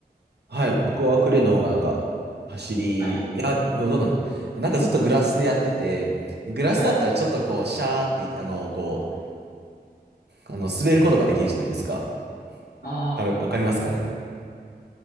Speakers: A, on the right; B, on the left.
A: はい、僕はクレイの方がなんか、走り、
B: はい。
A: いや、でもどうなんですなんかずっとグラスでやってて、グラスだったらちょっとこう、
B: はい。
A: シャーってい、あの、こう、あの、滑ることができるじゃないですか。
B: あ
A: わかる、わかりますかね